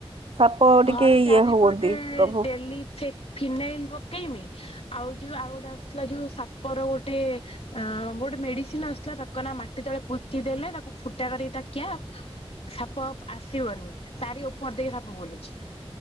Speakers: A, on the right; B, on the left.
A: ସାପ ଟିକେ
B: ଘର ଚାରିପଟେ
A: ଇଏ ହୁଅନ୍ତି ପ୍ରଭୁ।
B: ଡେଲି ଫେକ୍ ଫିନାଇଲ ପକେଇମି, ଆଉ ଯୋଉ ଆଉ ଗୋଟେ ଆସୁଥିଲା ଯୋଉ ସାପର ଗୋଟେ, ଗୋଟେ ମେଡିସିନ ଆସୁଥିଲା ତାକୁ ନା ମାଟି ତଳେ ପୋତି ଦେଲେ ତାକୁ ଫୁଟା କରିକି ଟା କ୍ୟାପ୍ ସାପ ଆସିବନି ତାରି ଉପର ଦେଇକି ସାପ ବୁଲୁଛି